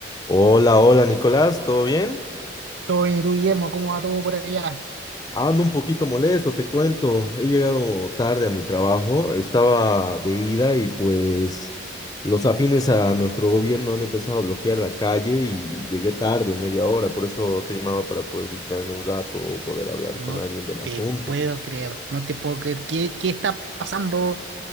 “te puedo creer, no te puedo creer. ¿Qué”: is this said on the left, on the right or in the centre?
Right